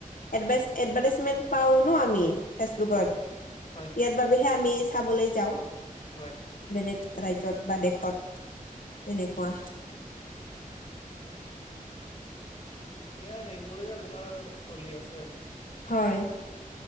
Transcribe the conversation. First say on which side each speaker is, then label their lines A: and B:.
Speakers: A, on the left; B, on the left.
A: এ এডভাই এডভাইটেছজমেন্ট পাও ন আমি। ফেচবুকত
B: হয় হয়
A: ইয়াৰ বাবেহে আমি চাবলৈ যাওঁ।
B: হয়।
A: বেলেগ ৰাজ্যত বা দেশত এনেকুৱা
B: এতিয়া সেইবোৰে আপোনাৰ চলি আছে আৰু।
A: হয়।